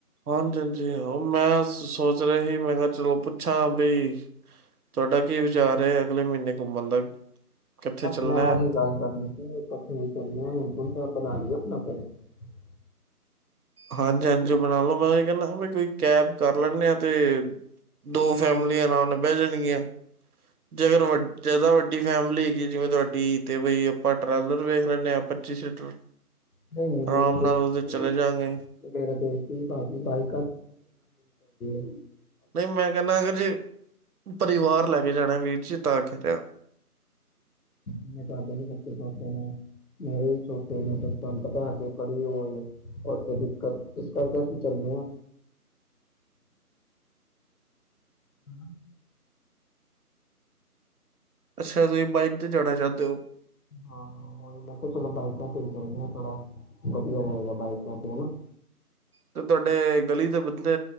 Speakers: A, on the right (about 70°); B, on the left (about 65°).
A: ਹਾਂਜੀ -ਹਾਂਜੀ ਮੈਂ ਸੋਚ ਰਿਹਾ ਸੀ ਮੈਂ ਕਿਹਾ ਚਲੋ ੱਛਾਂ ਬਈ ਤੁਹਾਡਾ ਕੀ ਵਿਚਾਰ ਹੈ ਅਗਲੇ ਮਹੀਨੇ ਘੁੰਮਣ ਦਾ। ਕਿੱਥੇ
B: ਬਸ
A: ਚੱਲਣਾ
B: ਮੈਂ ਉਹੀ
A: ਹੈ
B: ਗੱਲ ਕਰਨੀ ਸੀ ਇਕੱਠੇ ਚਲਨਾ ਤੁਣੇ ਬਣਾ ਲਿਆ ਆਪਣਾ <unintelligible>
A: ਹਾਂਜੀ ਹਾਂਜੀ ਉਹ ਬਣਾ ਲ ਲੋ ਮੈਂ ਕਹਿੰਦਾ ਕੋਈ ਕੈਬ ਕਰ ਲੈਣੇ ਆ ਤੇ ਦੋ ਫੈਮਲੀਆਂ ਅਰਾਮ ਨਾਲ ਬਹਿ ਜਾਣਗੀਆਂ। ਜੇ ਅਗਰ <unintelligible> ਜਿਆਦਾ ਵੱਡੀ ਫੈਮਿਲੀ ਹੈਗੀ ਜਿਵੇਂ ਤੁਹਾਡੀ ਤੇ ਬਈ ਆਪਾਂ ਟਰਾਲਰ ਵੇਖ ਲੈਂਦੇ ਹਾਂ ਪੱਚੀ ਸੀਟਰ।
B: ਨਹੀਂ ਨਹੀਂ
A: ਆਰਾਮ
B: ਮੇਰਾ ਕੋਈ
A: ਨਾਲ ਉਹਦੇ
B: ਦਿੱਕਤ
A: ਚਲੇ
B: ਨਹੀਂ
A: ਜਾਂਗੇ
B: <unintelligible> ਕੀ ਭਾਜ਼ੀ ਬਣਾਈ <unintelligible>
A: ਨਹੀਂ ਮੈਂ ਕਹਿੰਦਾ ਅਗਰ ਜੇ। ਪਰਿਵਾਰ ਲੈ ਕੇ ਜਾਣਾ ਵੀਰ ਜੀ <unintelligible> ਹੈ
B: ਮੈਂ ਕਿਹਾ ਤੁਹਾਡੇ ਵੀ ਬੱਚੇ ਛੋਟੇੋ ਨੇ ਮੇਰੇ ਵੀ ਛੋਚੇ ਨੇ, ਫਿਰ ਤੁਹਾਨੂੰ ਪਤਾ ਹੈ ਕੇ ਕਦੀ ਓ ਇੱਥੇ ਦਿੱਕਤ ਇਸ ਕਰਕੇ ਅਸੀ ਚੱਲ ਨੇ ਆ। <inaudible>
A: ਅੱਛਾ ਜੀ ਬਾਈਕ ਤੇ ਜਾਣਾ ਚਾਹੁੰਦੇ ਹੋ।
B: ਹਾਂ, ਉਹੀ ਮੈਂ ਕਿਹਾ ਚਲੋ ਬਾਈਕਾਂ ਤੇ ਵੀ ਚੱਲਣੇ ਆ ਥੋੜਾ ਵਧੀਆ ਰਹੇਗਾ ਬਾਈਕਾਂ ਤੇ ਹਨਾ?
A: ਤੇ ਤੁਹਾਡੇ ਗਲੀ ਦੇ ਬੰਦੇ